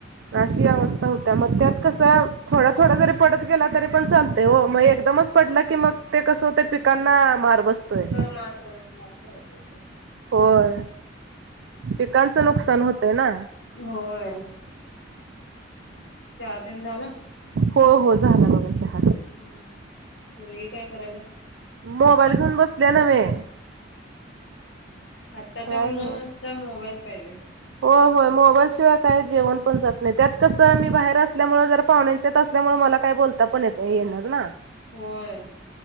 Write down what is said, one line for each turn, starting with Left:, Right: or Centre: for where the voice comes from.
Right: अशी अवस्था होतेय मग त्यात कस थोडा -थोडा जरी पडत गेला तरी पण चालतय ओ मग एकदमच पडला की मग ते कसं त्या पिकांना मार बसतोय.
Left: मा <unintelligible> हो <unintelligible>
Right: होय पिकांचं नुकसान होतंय ना.
Left: होय चहा तीन झाला.
Right: हो -हो झाला बाबा चहा.
Left: हम्म पोरगी काय करायला.
Right: मोबाईल घेवुन बसले नव्हे.
Left: आत्ताच्या
Right: काय
Left: मुलांना
Right: नव्ह
Left: नुसता मोबाईल पाहिजे.
Right: होय -होय मोबाईल शिवाय काय जेवण पण जात नाही त्यात कसं आम्ही बाहेर असल्यामुळे जर पाहुण्यांच्यात असल्यामुळ मला काय बोलता पण येत नाही येणार ना.
Left: होयं